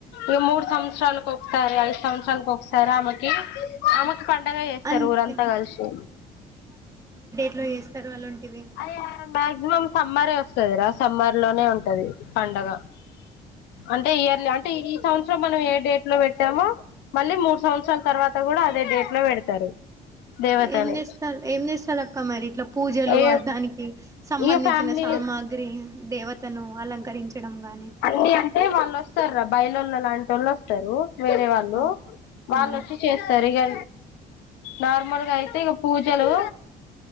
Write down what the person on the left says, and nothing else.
ఇ మూడు సంవత్సరాలకు ఒకసారి ఐదు సంవత్సరాలకు ఒకసారి ఆ మధ్య. కి ఆమెకు పండగ చేస్తారు
ఊరంతా కలిసి.
అది మాక్సిమం సమ్మరే వస్తుందిరా. సమ్మర్ లోనే ఉంటది పండగ. అంటే ఇయర్లీ అంటే. ఈ సంవత్సరం మనం ఏ డేట్ లో పెట్టామో, మళ్ళీ మూడు సంవత్సరాల తర్వాత కూడా అదే డేట్ లో పెడతారు. దేవతని
ఏ
ఈ ఫ్యామిలీ
అన్ని అంటే వాళ్ళు వస్తారా బయలు వాళ్ళు లాంటి వాళ్ళు వస్తారు. వేరే వాళ్ళు,
వాళ్ళుచ్చి
చేస్తారు ఇగా. నార్మల్గా అయితే ఇగా పూజలు.